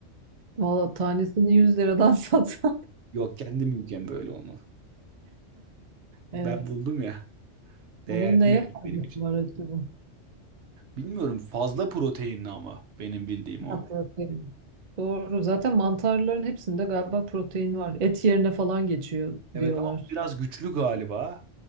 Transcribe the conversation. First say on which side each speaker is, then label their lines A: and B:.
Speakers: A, on the right (about 50°); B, on the right (about 65°).
A: Valla tanesini 100 liradan <laughs> satsan.
B: Yok kendim yiyeceğim böyle onu. Ben
A: Evet.
B: buldum ya.
A: Onun
B: Değerli
A: neye
B: yani
A: faydası
B: benim için.
A: var acaba?
B: Bilmiyorum fazla proteinli ama benim bildiğim o.
A: Ha, protein. Doğru. Zaten mantarların hepsinde galiba protein var. Et yerine falan geçiyor
B: Evet
A: diyorlar.
B: ama biraz güçlü galiba